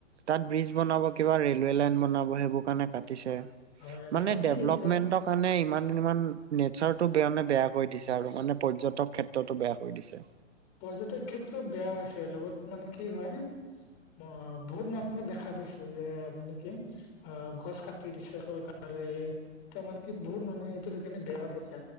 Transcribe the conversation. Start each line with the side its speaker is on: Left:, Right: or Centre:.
Right: তাত ব্ৰিজ বনাব কিবা ৰেলৱে লাইন বনাব সেইবোৰ কাৰণে কাটিছে
Left: হয়
Right: মানে
Left: কি
Right: ডেভলপমেন্টৰ
Left: হৈছে
Right: কাৰণে ইমান ইমান নেচাৰটো
Left: হয়
Right: বেয়ানে বেয়া কৈ দিছে আৰু মানে পৰ্যটক ক্ষেত্ৰতো বেয়া কৰি দিছে
Left: পৰ্যটক ক্ষেত্ৰত বেয়া হৈছে লগত মানে কি হয় ম বহুত মানুহে দেখা পাইছে যে মানে কি অ গছ কাটি দিছে চৰকাৰে তাৰমানে কি বহুত মানুহে এইটো লৈকেনে বেয়া পাইছে